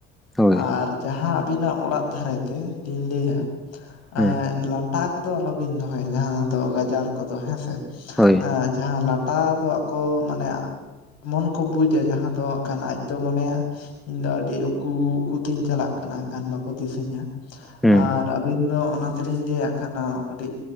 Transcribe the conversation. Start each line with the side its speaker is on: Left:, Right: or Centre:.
Centre: ᱦᱳᱭ
Left: ᱟᱨ ᱡᱟᱦᱟᱸ ᱟᱹᱵᱤᱱᱟᱜ ᱚᱲᱟᱜ ᱫᱷᱟᱨᱮ ᱛᱮ ᱞᱤᱧ ᱞᱟᱹᱭᱟᱼᱼ
Centre: ᱦᱮᱸ
Left: ᱮ ᱞᱟᱴᱟ ᱠᱚᱫᱚ ᱟᱞᱚᱵᱤᱱ ᱫᱚᱦᱚᱭᱟ ᱡᱟᱦᱟᱸ ᱫᱚ ᱜᱟᱡᱟᱲ ᱠᱚᱫᱚ ᱦᱮᱸ ᱥᱮ,
Centre: ᱦᱳᱭ
Left: ᱡᱟᱦᱟᱸ ᱞᱟᱴᱟ ᱫᱚ ᱟᱠᱚ ᱢᱟᱱᱮᱼᱼ ᱢᱚᱱ ᱠᱚ ᱵᱩᱡᱟ ᱡᱟᱦᱟᱸ ᱫᱚ ᱦᱟᱜ ᱠᱷᱟᱱ ᱟᱡ ᱫᱚ ᱢᱚᱱᱮᱭᱟ ᱤᱧ ᱫᱚ ᱟᱹᱰᱤ ᱩᱠ- ᱩᱠᱩ ᱩᱠᱩᱛᱤᱧ ᱪᱟᱞᱟᱜ ᱠᱟᱱᱟ ᱦᱟᱜ ᱠᱷᱟᱱ ᱵᱟᱠᱚ ᱫᱤᱥᱟᱹᱧᱟ,
Centre: ᱦᱩᱸ
Left: ᱟᱨ ᱟᱹᱵᱤᱱ ᱫᱚ ᱚᱱᱟ ᱛᱮᱞᱤᱧ ᱞᱟᱹᱭᱟᱜ ᱟᱸᱜᱠᱟᱱᱟ ᱠᱟᱹᱴᱤᱡᱼᱼ